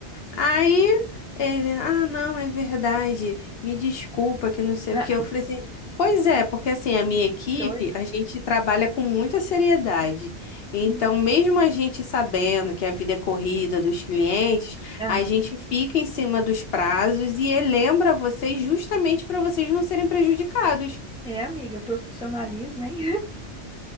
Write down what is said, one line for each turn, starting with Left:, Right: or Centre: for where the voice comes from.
Left: Aí ele, ah, não, é verdade. Me desculpa que não sei
Centre: Ah,
Left: o que. Eu falei assim, pois é, porque assim, a minha equipe,
Centre: doida.
Left: a gente trabalha com muita seriedade. Então,
Centre: Uhum.
Left: mesmo a gente sabendo que a vida é corrida dos clientes,
Centre: Aham.
Left: a gente fica em cima dos prazos e lembra vocês justamente para vocês não serem prejudicados.
Centre: É, amiga, profissionalismo, hein?